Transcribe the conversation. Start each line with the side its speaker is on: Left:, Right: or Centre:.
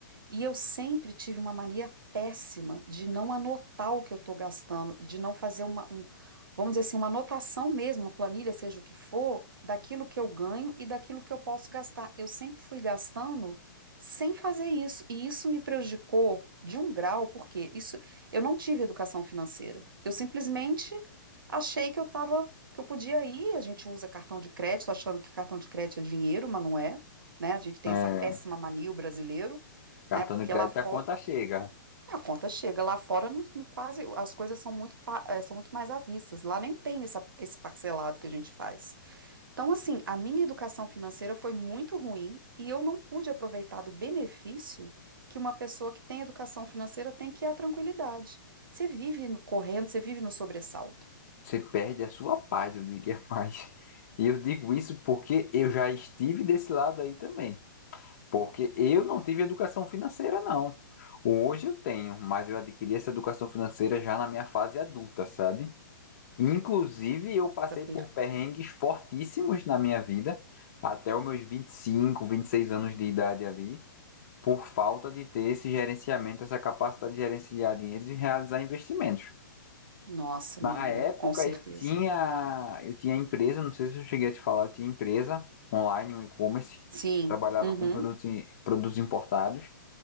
Right: e eu sempre tive uma mania péssima de não anotar o que eu estou gastando, de não fazer uma, um- vamos dizer assim, uma anotação mesmo, uma planilha, seja o que for, daquilo que eu ganho e daquilo que eu posso gastar. Eu sempre fui gastando sem fazer isso, e isso me prejudicou de um grau, porque isso, eu não tive educação financeira. Eu simplesmente achei que eu estava, que eu podia ir, a gente usa cartão de crédito, achando que cartão de crédito é dinheiro, mas não é. Né? A gente tem
Left: é,
Right: essa péssima mania, o brasileiro
Left: cartão
Right: né? Porque
Left: de crédito
Right: lá fora
Left: a conta chega.
Right: a conta chega, lá fora não, não quase as coisas são muito, pa- eh, são muito mais avissas, lá nem tem essa- esse parcelado que a gente faz. Então, assim, a minha educação financeira foi muito ruim e eu não pude aproveitar do benefício que uma pessoa que tem educação financeira tem, que é a tranquilidade. Você vive no- correndo, você vive no sobressalto.
Left: Você perde a sua paz, eu diria <laughs> mais. E eu digo isso porque eu já estive desse lado aí também. Porque eu não tive educação financeira, não. Hoje eu tenho, mas eu adquiri essa educação financeira já na minha fase adulta, sabe? Inclusive, eu passei
Right: Nossa, perfeito.
Left: por perrengues fortíssimos na minha vida, até os meus vinte vinte e cinco vinte e seis anos de idade ali, por falta de ter esse gerenciamento, essa capacidade de gerenciar dinheiros e realizar investimentos.
Right: Nossa,
Left: Na
Right: meu amigo,
Left: época
Right: com certeza.
Left: eu tinha, eu tinha empresa, não sei se eu cheguei a te falar, eu tinha empresa online, um e-commerce,
Right: Sim.
Left: trabalhava
Right: Uhum.
Left: com produtos, em- produtos importados,